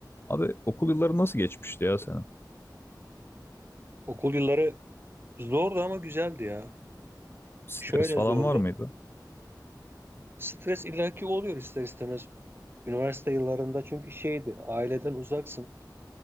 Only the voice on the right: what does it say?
Okul yılları zordu ama güzeldi ya.
Şöyle
zordu.
Stres illaki oluyor ister istemez. Üniversite yıllarında çünkü şeydi, aileden uzaksın.